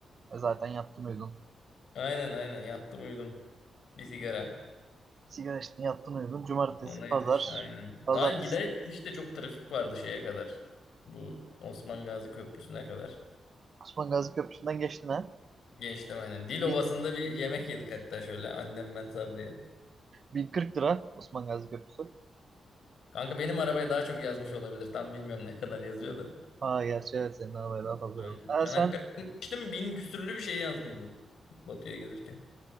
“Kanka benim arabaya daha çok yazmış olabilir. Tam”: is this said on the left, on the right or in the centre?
Left